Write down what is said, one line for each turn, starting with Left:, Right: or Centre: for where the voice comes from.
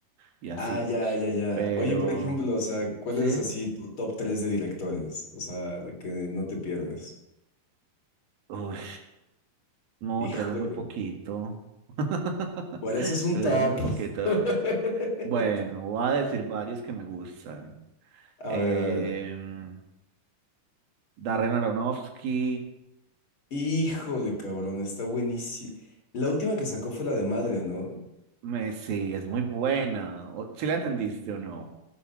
Right: y así.
Left: Ah, ya, ya, ya.
Right: Pero,
Left: Oye, por ejemplo, o sea, ¿cuál
Right: sí,
Left: es así tu top 3 de directores? O sea, de que no te pierdes.
Right: uy, no,
Left: Híjole.
Right: tres es muy poquito. <laughs>
Left: Por eso es un
Right: Tres
Left: top.
Right: es muy poquito.
Left: <laughs>
Right: Bueno, voy a decir varios que me gustan.
Left: A
Right: Em,
Left: ver, a ver.
Right: Darren Aronofsky.
Left: Híjole, cabrón, está buenísimo. La última que sacó fue la de madre, ¿no?
Right: Me, sí, es muy buena. ¿Si ¿Sí la entendiste o no?